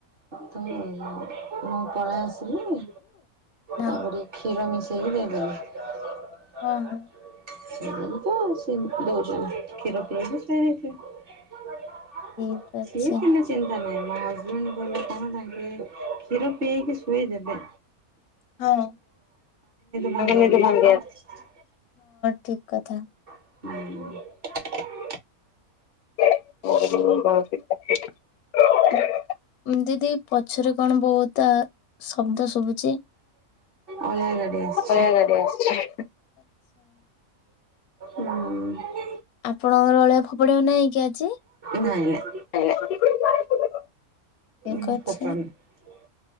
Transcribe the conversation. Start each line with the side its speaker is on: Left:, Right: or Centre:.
Right: ତ ମୁଁ ପଳେଇ ଆସିଲିଣି
Left: ହଁ
Right: ତାପରେ କ୍ଷୀର ମିଶ୍ <unintelligible>
Left: ହଁ, ହଁ।
Right: ସେ ତ ସେ ଦଉଛନ୍ତି କ୍ଷୀର ପିଲେଇକି ସୁଏଇ ଦେଇଥିବେ।
Left: ଠିକ ଅଛି
Right: ସିଏ କେମିତ୍ ଚିନ୍ତା କରିବେ। ମୋ ହଜବେଣ୍ଡ କହିଲେ କଣ ତାଙ୍କେ କ୍ଷୀର ପିଏଇକି ଶୋଏଇଦେବେ।
Left: ହଁ,
Right: ଭାଙ୍ଗିବାର
Left: <unintelligible>
Right: ଅଛି
Left: ହଁ
Right: ନା
Left: ଠିକ୍। କଥା।
Right: <inaudible>
Left: <inaudible> ଦିଦି ପଛରେ କଣ ବହୁତା ଶବ୍ଦ ଶୁଭୁଛି।
Right: ଅଳିଆ ଗାଡ଼ି ଆସିଛି
Left: ଅଳିଆ ଗାଡି ଆସିଛି।
Right: ନାଇଁ
Left: ଆପଣଙ୍କର ଅଳିଆ ଫୋପାଡିବାକୁ ନାଇଁ କି ଆଜି।
Right: ନାଇଁ
Left: <unintelligible> ଠିକ
Right: ମୁଁ
Left: ଅଛି।
Right: ଫୋକାଡ଼ନୁ